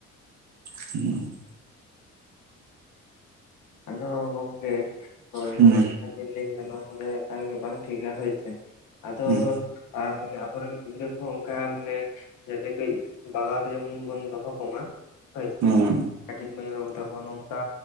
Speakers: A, on the right; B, on the left.
A: <unintelligible>
B: ᱟᱫᱚ ᱜᱚᱝᱠᱮ ᱦᱳᱭ ᱱᱚᱸᱜᱚᱭ
A: ᱦᱩᱸ
B: ᱡᱟᱦᱟᱸ ᱵᱤᱱ ᱞᱟᱹᱭ ᱠᱮᱫᱟ ᱱᱚᱣᱟ ᱠᱚᱫᱚ ᱮᱠᱟᱞ ᱜᱮ ᱵᱟᱝ ᱴᱷᱤᱠᱟ ᱦᱳᱭ ᱥᱮ ᱟᱫᱚ
A: ᱦᱩᱸ
B: ᱟᱨ ᱢᱟᱱᱮ ᱟᱵᱚ ᱨᱮᱱ ᱜᱤᱫᱽᱨᱟᱹ ᱠᱚᱦᱚᱸ ᱚᱱᱠᱟ ᱢᱟᱱᱮ ᱡᱟᱛᱮ ᱠᱟᱹᱡ ᱵᱟᱜᱟᱣ ᱛᱮ ᱡᱮᱢᱚᱱ ᱵᱚᱱ ᱫᱚᱦᱚ ᱠᱚᱢᱟ ᱦᱳᱭ ᱥᱮ
A: ᱦᱩᱸ
B: ᱠᱟᱹᱴᱤᱡ ᱢᱟᱹᱭ ᱵᱟᱹᱵᱩ ᱛᱟᱠᱚ ᱱᱚᱝᱠᱟ